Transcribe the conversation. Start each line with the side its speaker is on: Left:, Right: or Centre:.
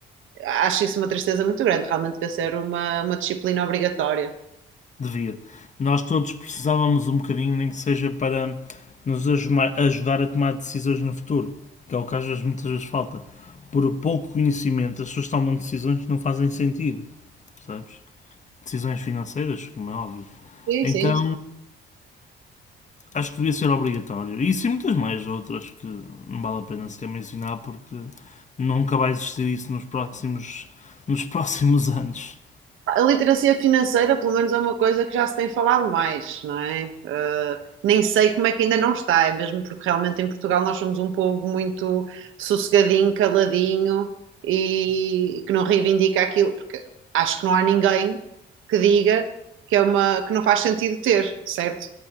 Right: acho isso uma tristeza muito grande. Realmente deve ser uma, uma disciplina obrigatória.
Left: devia. Nós todos precisávamos um bocadinho, nem que seja para nos ajuma- ajudar a tomar decisões no futuro, que é o que às vezes muitas vezes falta. Por pouco conhecimento, as pessoas tomam decisões que não fazem sentido, percebes? Decisões financeiras, como é óbvio.
Right: Sim,
Left: Então,
Right: sim,
Left: acho que devia ser obrigatório. E sim e muitas mais outras que não vale a pena sequer mencionar porque nunca vai existir isso nos próximos, nos próximos anos.
Right: A literacia financeira, pelo menos, é uma coisa que já se tem falado mais, não é? Eh, nem sei como é que ainda não está, é mesmo porque realmente em Portugal nós somos um povo muito sossegadinho, caladinho e que não reivindica aquilo, porque acho que não há ninguém que diga que é uma que não faz sentido ter, certo?